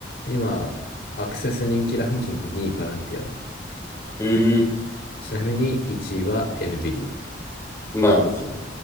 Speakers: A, on the left; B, on the left.
A: 今、アクセス人気ランキング2位パランティアだ。
B: ええ
A: ちなみに1位は NVIDIA。
B: まあですよね。